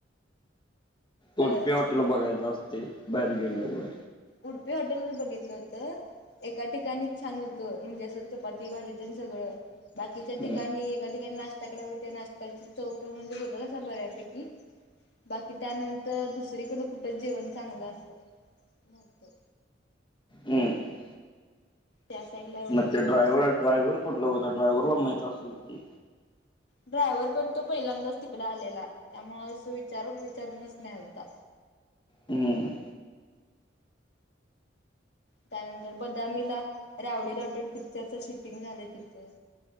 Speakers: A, on the left; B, on the left.
A: अ
B: उडपी हॉटेल बघायचं असतय, बाहेर गेल्यावर.
A: उडपी हॉटेलच बघितलं होतं एका ठिकाणीच छान हुतं म्हणजे असं चपाती भाजीतेन सगळं बाकीच्या
B: हम्म
A: ठिकाणी एका काणी, नाश्ता केल्यावर नाष्ट्याची चव पण वेगळं असं बऱ्यापैकी. बाकी त्यानंतर दुसरीकडं कुठं जेवण चांगलं अस नव्हतं
B: हम्म
A: त्या साईडला एवढं
B: मग
A: जेवण
B: ते ड्रायव्हर,
A: नसतं.
B: ड्रायव्हर कुठंला होता, ड्रायव्हरला माहित असेल की
A: ड्रायव्हर पण तो पहिल्यांदाच तिकड आलेला त्यामुळं अस विचारून, विचारूनच नेलता.
B: हम्म
A: त्यानंतर बदामीला रावडी राठोड पिक्चरच शूटिंग झालंय तिथं.